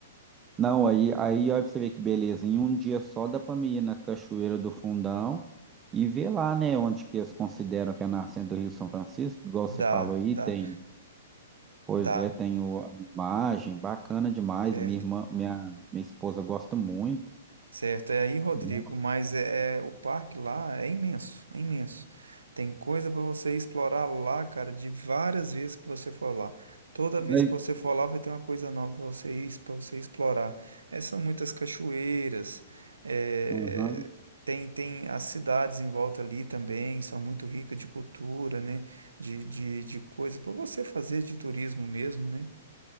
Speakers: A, on the right; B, on the right.
A: Não, aí, aí olha pra você ver que beleza. Em um dia só dá pra mim ir na Cachoeira do Fundão e ver lá, né, onde que eles consideram que é a nascente do Rio São Francisco, igual
B: Dá,
A: você falou aí,
B: dá.
A: tem, pois
B: Dá.
A: é, tem o, a imagem, bacana demais.
B: Certo,
A: Minha irmã, minha, minha esposa gosta muito.
B: certo. É aí, Rodrigo,
A: Nossa,
B: mas é, é- o parque lá é imenso, é imenso. Tem coisa para você explorar lá, cara, de várias vezes que você for lá. Toda
A: mas-
B: vez que você for lá, vai ter uma coisa nova para você ir, para você explorar. É, são muitas cachoeiras, é,
A: Aham.
B: tem, tem as cidades em volta ali também, são muito ricas de cultura, né? De, de, de coisa para você fazer de turismo mesmo, né?